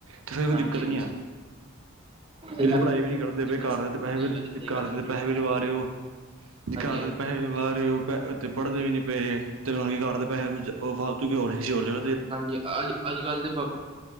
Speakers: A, on the right; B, on the right.
A: ਤੇ ਫੇਰ ਕੋਈ
B: ਹਾਂਜੀ
A: ਦਿੱਕਤ ਨਹੀਂ
B: ਹਾਂਜੀ
A: ਆ।
B: ਸਹੀ
A: ਜੇ
B: ਗੱਲ
A: ਪੜ੍ਹਾਈ ਵੀ ਨੀ ਕਰਦੇ
B: ਸਹੀ
A: ਪਏ,
B: ਗੱਲ
A: ਘਰ
B: ਸਹੀ
A: ਦੇ ਪੈਸੇ ਵੀ
B: ਗੱਲ ਸਹੀ
A: ਘਰ
B: ਗੱਲ ਸਹੀ
A: ਤੇ ਪੈੇ
B: ਗੱਲ
A: ਵੀ ਲਵਾ ਰਹੇ ਹੋ। ਜੇ
B: ਹਾਂਜੀ
A: ਘਰ ਦੇ ਪੈਸੇ ਵੀ ਲਾਵਾਂ ਰਾਹੇ ਉਹ ਪ ਤੇ ਪੜ੍ਹਦੇ ਵੀ ਨੀ ਪਏ, ਤੇ ਮਤਲਬ ਕੀ ਘਰਦੇ ਪੈਸੇ ਉਹ ਫਾਲਤੂ ਕੀ ਉਹ ਹੋਰ ਕਿਸੀ ਹੋਰ ਜਾਗ
B: ਹਾਂਜੀ ਅ ਅੱਜ ਕੱਲ ਦੇ ਪਾ